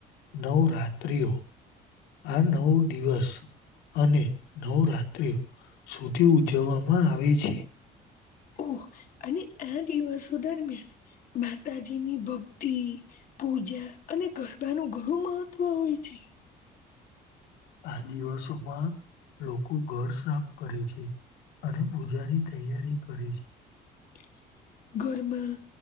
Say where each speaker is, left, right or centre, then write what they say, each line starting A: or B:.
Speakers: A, on the left; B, on the left.
A: નવ રાત્રિઓ આ નવ દિવસ અને નવ રાત્રિ સુધી ઉજવવામાં આવે છે
B: ઓ અને આ દિવસો દરમિયાન માતાજી ની ભક્તિ પૂજા અને ગરબાનુંું ઘણું મહત્વ હોય છે <inaudible>
A: આ દિવસોમાં લોકો ઘર સાફ કરે છે અને પૂજાની તૈયારી કરી છે
B: <inaudible> ઘરમાં